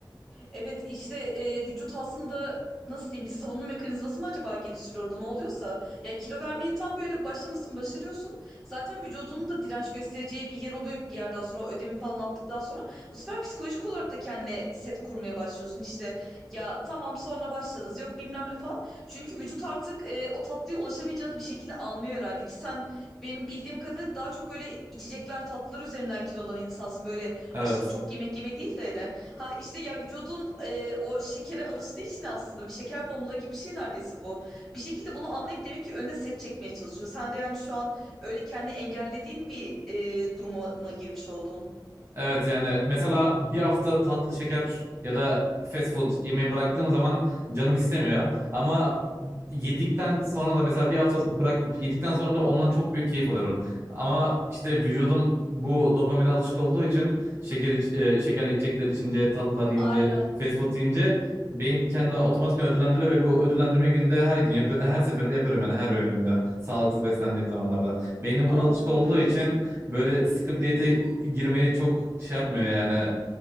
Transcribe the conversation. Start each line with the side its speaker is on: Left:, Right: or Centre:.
Centre: Evet işte e, vücut aslında nasıl diyeyim bir savunma mekanizması mı acaba geliştiriyor orada ne oluyorsa. Ya kilo vermeyi tam böyle başlamışsın başarıyorsun. Zaten vücudunun da direnç göstereceği bir yer oluyor bir yerden sonra o ödemi falan attıktan sonra. Bu sefer psikolojik olarak da kendine set kurmaya başlıyorsun işte. Ya tamam sonra başlarız yok bilmem ne falan. Çünkü vücut artık e, o tatlıya ulaşamayacağını bir şekilde anlıyor herhalde ki sen benim bildiğim kadarıyla daha çok böyle içecekler tatlılar üzerinden kilolanan insansın. Böyle
Right: Evet.
Centre: aşırı çok yemek yeme değil de hani ha işte ya vücudun e, o şekere alıştığı için aslında bir şeker bağımlılığı gibi bir şey neredeyse bu. Bir şekilde bunu anlayıp demek ki önüne set çekmeye çalışıyor. Sen de yani şu an öyle kendini engellediğin bir e, duruma mı girmiş oldun?
Right: Evet yani mesela bir hafta tatlı şeker ya da fast food yemeği bıraktığım zaman canım istemiyor. Ama yedikten sonra da mesela bir hafta bırakıp yedikten sonra da ondan çok büyük keyif alıyorum. Ama işte vücudum bu dopamine alışık olduğu için şeker iç, e, şekerli içecekler içince, tatlılar yiyince,
Centre: Aynen
Right: fast food yiyince beyin kendini otomatikman ödüllendiriyor ve bu ödüllendirme günde her gün yap her seferinde yapıyorum yani her öğünümde sağlıksız beslendiğim zamanlarda. Beynin
Centre: anlıyorum
Right: buna alışık olduğu
Centre: evet.
Right: için böyle sıkı bir diyete girmeyi çok şey yapmıyor yani.